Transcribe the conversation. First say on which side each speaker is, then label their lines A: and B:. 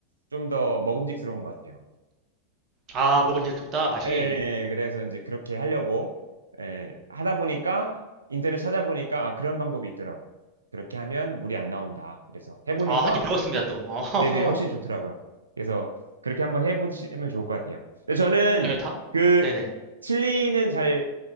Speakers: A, on the right (about 75°); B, on the right (about 30°).
A: 좀 더 먹음직스러운 것 같아요.
B: 아 먹은 지 없다 맛이
A: 예, 예, 예. 그래서 이제 그렇게 하려고, 예, 하다 보니까, 인터넷 찾아보니까, 아, 그런 방법이 있더라고요. 그렇게 하면 물이 안 나온다. 그래서 해보니까,
B: 아 한 개 배웠습니다 또 <laughs> 어허허
A: 네네, 훨씬 좋더라고요. 그래서 그렇게 한번 해보시면 좋을 것 같아요. 근데 저는
B: 네, 다
A: 그
B: 네네
A: 칠리는 잘